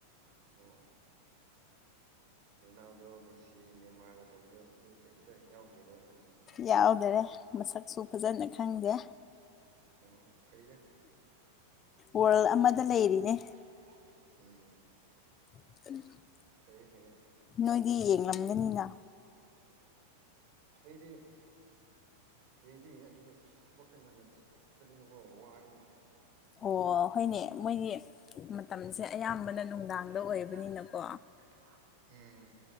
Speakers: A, on the right (about 45°); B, on the left (about 25°).
A: ꯑꯣ ꯔꯣꯅꯥꯜꯗꯣ ꯃꯦꯁꯤ ꯗꯤ ꯅꯦꯃꯥꯔꯒ ꯇꯧꯕꯗꯣ ꯑꯗꯨ ꯀꯩꯝꯇ ꯌꯥꯎꯗ꯭ꯔꯤꯕꯔ
B: ꯌꯥꯎꯗꯔꯦ ꯃꯁꯛꯁꯨ ꯐꯖꯅ ꯈꯪꯗꯦ
A: ꯑꯣ ꯑꯣ ꯐꯩꯗꯥ
B: ꯋꯥꯔꯜ ꯑꯃꯗ ꯂꯩꯔꯤꯅꯦ
A: ꯗ ꯂꯩꯔꯤꯅꯦ ꯎꯝ
B: <inaudible>
A: ꯐꯩꯌꯦ ꯐꯩꯌꯦ
B: ꯅꯣꯏꯗꯤ ꯌꯦꯡꯂꯝꯒꯅꯤꯅꯥ
A: ꯑꯩꯗꯤ ꯌꯦꯡꯗꯤ ꯌꯦꯡꯉꯦ ꯑꯗꯨꯕꯨ ꯑꯁ ꯊꯕꯛꯁꯦ ꯉꯟꯅ ꯆꯠꯄꯅꯤꯅꯀꯣ ꯋꯥꯏꯅꯦ
B: ꯑꯣ ꯍꯣꯏꯅꯦ ꯃꯣꯏꯗꯤ ꯃꯇꯝꯁꯦ ꯑꯌꯥꯝꯕꯅ ꯅꯨꯡꯗꯥꯡꯗ
A: ꯕꯅ
B: ꯑꯣꯏꯕꯅꯤꯅꯀꯣ
A: ꯅꯨꯡꯗꯥꯡꯗ ꯑꯣꯏꯕꯅꯤꯅꯀꯣ ꯎꯝ